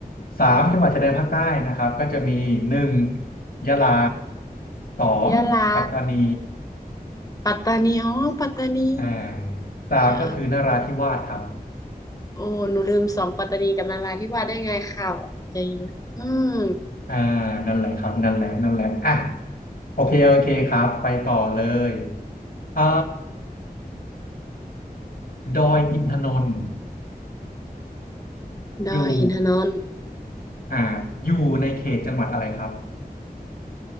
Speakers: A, on the left; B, on the left.
A: สามจังหวัดชายแดนภาคใต้นะครับก็จะมีหนึ่งยะลาสองปัตตานี
B: ยะลาปัตตานีอ๋อปัตตานี
A: อ่าสามก็คือนราธิวาสครับ
B: เออโอ้หนูลืมสองปัตตานีกับนาราธิวาสได้ไงข่าวออกจะเยอะอืม
A: อ่านั่นแหละครับนั่นแหละนั่นแหละอ่ะโอเคโอเคครับไปต่อเลยเอ่อดอยอินทนนท์
B: ดอยอินทนนท์
A: อยู่อ่าอยู่ในเขตจังหวัดอะไรครับ